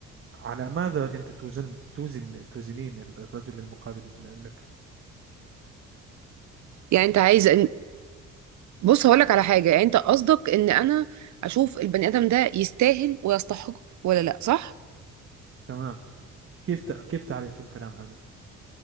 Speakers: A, on the right (about 45°); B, on the right (about 65°).
A: على ماذا أنت توزن توزن توزنين الرجل المقابل ل- لك
B: يعني انت عايز بص هقولك على حاجة يعني انت قصدك ان انا اشوف البني ادم ده يستاهل ويستحق ولا لا صح
A: تمام كيف ت- كيف تعرفين كلام هذا